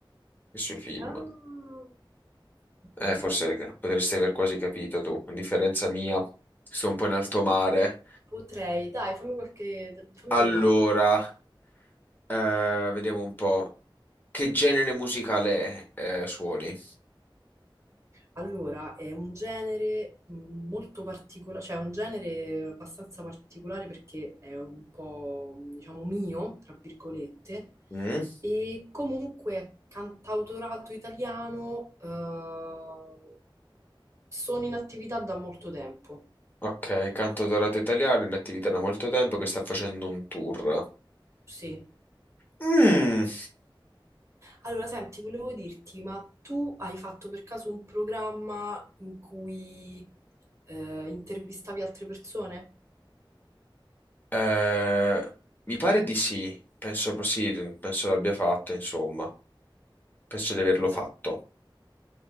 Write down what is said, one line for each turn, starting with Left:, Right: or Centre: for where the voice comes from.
Left: che sui film.
Right: Ah, ok.
Left: Eh, forse potresti aver quasi capito tu. A differenza mia, sto un po' in alto mare.
Right: Potrei, dai, fammi qualche... fammi
Left: Allora,
Right: una domanda.
Left: eh, vediamo un po'. Che genere musicale eh, suoni?
Right: Allora, è un genere mh, molto particolare, cioè è un genere abbastanza particolare perché è un po', diciamo, mio, tra virgolette,
Left: Mm?
Right: e comunque è cantautorato italiano, eh, sono in attività da molto tempo.
Left: Ok, cantautorato italiano, in attività da molto tempo che sta facendo un tour.
Right: Sì.
Left: Mm,
Right: Allora, senti, volevo dirti, ma tu hai fatto per caso un programma in cui eh, intervistavi altre persone?
Left: eh, mi pare di sì, penso pro- sì, penso l'abbia fatto, insomma, penso di averlo
Right: Vabbè.
Left: fatto.